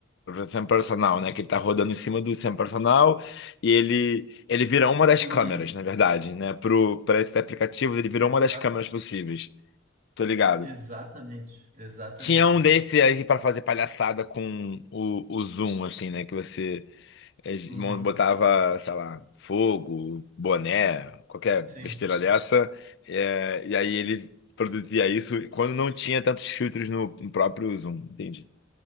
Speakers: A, on the left (about 55°); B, on the right (about 40°).
A: sempre personal, né? Que ele tá rodando em cima do sempre personal e ele ele vira uma das
B: Uhum.
A: câmeras, na verdade, né? Pro para esses aplicativos, ele virou
B: Exa
A: uma das câmeras possíveis. Tô ligado.
B: exatamente, exatamente
A: Tinha um
B: isso.
A: desse aí pra fazer palhaçada com o, o Zoom, assim, né? Que você eh,
B: Uhum.
A: botava, sei lá, fogo, boné, qualquer
B: Sim.
A: besteira dessa. eh, e aí ele produzia isso quando não tinha tantos filtros no, no próprio Zoom, entendi.